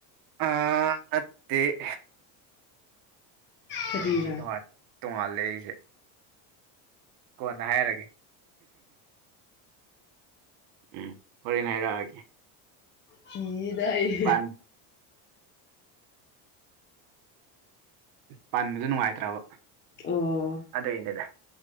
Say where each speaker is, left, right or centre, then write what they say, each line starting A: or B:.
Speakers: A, on the right (about 55°); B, on the left (about 25°).
A: ꯑ ꯅꯠꯇꯦ
B: ꯀꯔꯤꯔꯥ
A: ꯑꯩꯒꯤ ꯇꯣꯉꯥꯟ ꯇꯣꯉꯥꯟ ꯂꯩꯁꯦ ꯀꯣꯟꯅ ꯍꯥꯏꯔꯒꯦ ꯎꯝ ꯍꯣꯔꯦꯟ ꯍꯥꯏꯔꯛꯑꯒꯦ
B: ꯀꯤꯌꯦꯗ ꯑꯩ
A: ꯄꯥꯟ ꯄꯟꯕꯗ ꯅꯨꯡꯉꯥꯏꯇ꯭ꯔꯕ
B: ꯑꯣ
A: ꯑꯗꯨꯏꯅꯦꯗ